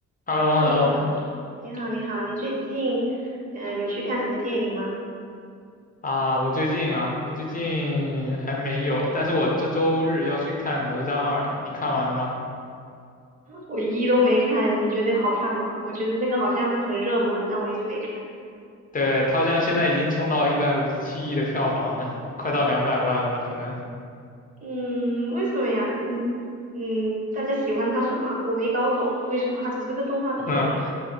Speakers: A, on the left; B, on the right.
A: h e l l
B: Hello，
A: o h e
B: 你好，
A: l l o
B: 你好，你好，你最近嗯、呃有去看什么电影吗？
A: 啊，我最近啊，我最近还没有，但是我这周日要去看《哪吒二》，你看完了吗？
B: 我一都没看，你觉得好看吗？我觉得那个好像很热门，但我一直没看。
A: 对，它好像现在已经冲到一百五十七亿的票房了，快到两百万了吧？可能，
B: 嗯，为什么呀？嗯嗯，大家喜欢它什么？我没搞懂，为什么它只是个动画片而已？
A: 嗯，